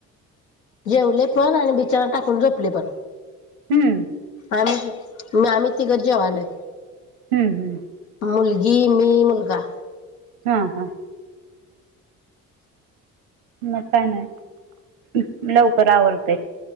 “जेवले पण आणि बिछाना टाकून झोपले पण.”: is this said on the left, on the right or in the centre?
Left